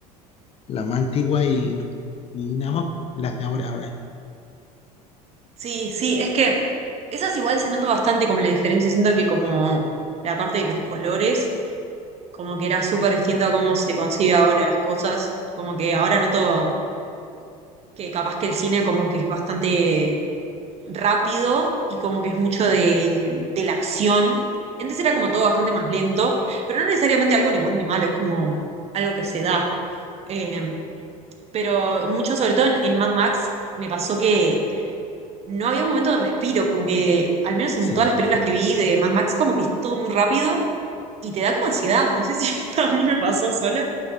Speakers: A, on the left; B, on the right.
A: la más antigua y, y nada más, pues, las de ahora, ahora.
B: Sí, sí, es que esas igual se nota bastante como la diferencia. Siento que como la parte de los colores, como que era súper distinto a cómo se concibe ahora las cosas. Como que ahora noto que capaz que el cine como que es bastante rápido y como que es mucho de, de la acción. Y antes era como todo bastante más lento, pero no necesariamente algo ni bueno ni malo, es como algo que se da. Eh, pero mucho, sobre todo en, en Mad Max, me pasó que no había un momento de respiro, como que al menos en
A: Sí,
B: todas las películas
A: sí.
B: que vi de Mad Max, como que es todo muy rápido y te da como ansiedad. No sé si <laughs> a mí me pasó sola,